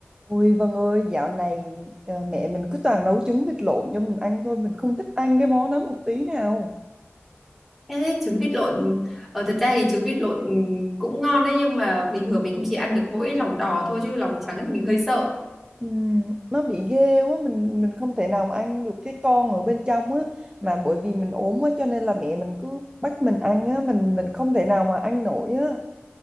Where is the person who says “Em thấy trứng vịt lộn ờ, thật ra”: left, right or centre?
Centre